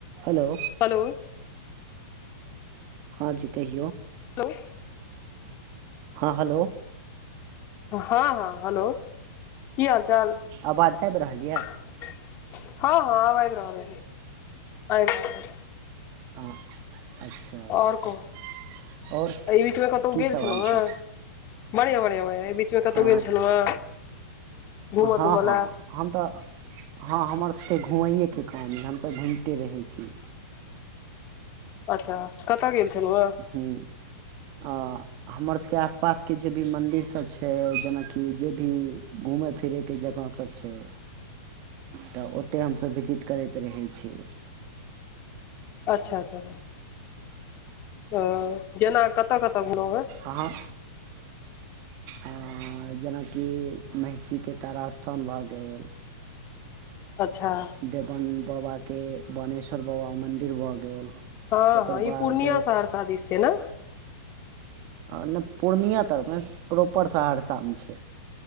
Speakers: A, on the right (about 35°); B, on the left (about 30°).
A: हलो
B: हलो
A: हाँ जी कहियौ।
B: मम्मी
A: हँ हलो
B: हँ हँ हेलो की हाल चाल।
A: आवाज आबि रहल यए
B: हँ हँ अब आबइ रहल आइब रहल अइ।
A: हँ अच्छा अच्छा
B: और कहु
A: आओर
B: एहि बीचमे कतौ
A: कीसभ
B: गेल छेलौ
A: हालचाल
B: हेँ। बढ़िआं, बढ़िआं, बढ़िआं एहि बीच मे कतौ
A: हँ
B: गेल छेलौ हेँ। घूमऽ
A: हँ
B: तूमऽ
A: हँ
B: लए
A: हम तऽ। हँ हमर सबके घुमैएके काम अइ हमसब घुइमते रहै छी।
B: अच्छा कतऽ गेल छेलौ हेँ।
A: हूँ हँ। हमरा सबके आस -पास के जे भी मन्दिर सब छै जेनाकि जे भी घूमैय फिरैय के जगहसब। छैय।
B: ह
A: तऽ ओते हमसब विजिट करैत रहै छी।
B: अच्छा -अच्छा-अच्छा अ जेना कतऽ कतऽ घुमलौ हेँ।
A: आहाँ आ जेनाकि महिषीके तारा स्थान भऽ गेल।
B: अच्छा
A: देवन बाबाके बोनेश्वर बाबा मन्दिर भऽ गेल।
B: हँ
A: ओकर
B: हँ
A: बाद
B: ई पूर्णिया शहरसा दिश छै न।
A: अ नै पूर्णिया तरफ नै प्रॉपर सहरसामे छै।